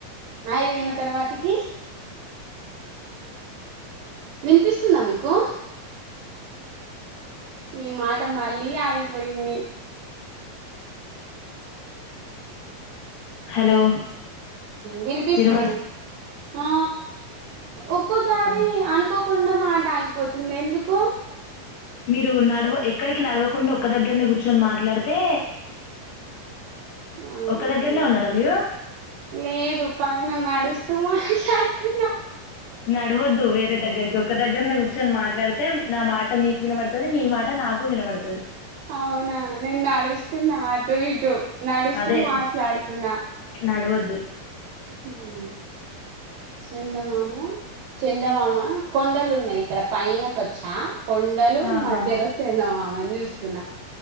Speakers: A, on the right; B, on the left.
A: అఐద అయిన తర్వాతికి వినిపిస్తుందా మీకు మీ మాట మళ్ళీ ఆగిపోయింది
B: హలో
A: వినిపిస్తుంది
B: వినబడు
A: ఆ ఒక్కోసారి
B: చెప్పండి
A: అనుకోకుండా మాట ఆగిపోతు తింది ఎందుకు
B: మీరు నడవ ఎక్కడికి నడవకుండా ఒక్క దగ్గరని కూర్చొని మాట్లాడితే
A: ఆ
B: ఒక్క దగ్గరనే
A: ఓకే
B: ఉన్నారా మీరు
A: లేదు పైన నడుస్త త మాలాడు
B: నడవద్దు వేరే దగ్గరికి ఒక దగ్గర న కూర్చొని మాట్లాడితే నా మాట మీకు వినబడుతుది మీ మాట నాకు వినబడుతుది
A: అవునా నేను నడుస్తున్నా అటు ఇటు నడుస్తూ
B: అదే
A: మాట్లాడుతున్నా
B: నడవద్దు
A: అ చెంద మామా చెండమామ కొండలుూరు నై ఇక్కడ పైనకొచ్చా కొండలు
B: ఆహా
A: మధ్యలో చిందంమని చూస్త నా